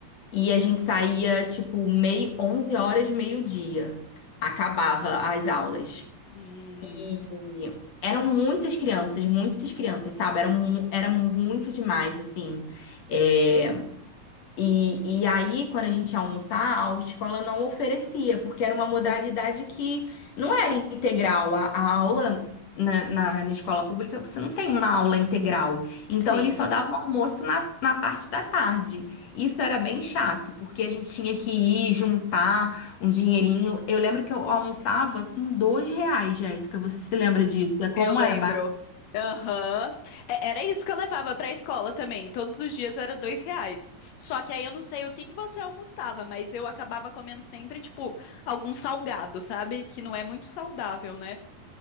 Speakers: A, on the left; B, on the left.
A: e a gente saía tipo meio 11 horas, meio-dia. Acabava as aulas.
B: Hum,
A: E eram muitas crianças, muitas crianças, sabe? Era, era muito demais assim. É, e, e aí, quando a gente ia almoçar, a autoescola não oferecia, porque era uma modalidade que não era integral. A, a aula na, na, na escola pública, você não tem uma aula integral. Então,
B: sim.
A: eles só davam almoço na, na parte da tarde. Isso era bem chato, porque a gente tinha que ir juntar um dinheirinho. Eu lembro que eu almoçava com dois reais, Jéssica. Você se lembra disso? É Como
B: Eu lembro.
A: era
B: Aham. É- Era isso que eu levava para a escola também. Todos os dias era dois reais. Só que aí eu não sei o que que você almoçava, mas eu acabava comendo sempre, tipo, algum salgado, sabe? Que não é muito saudável, né?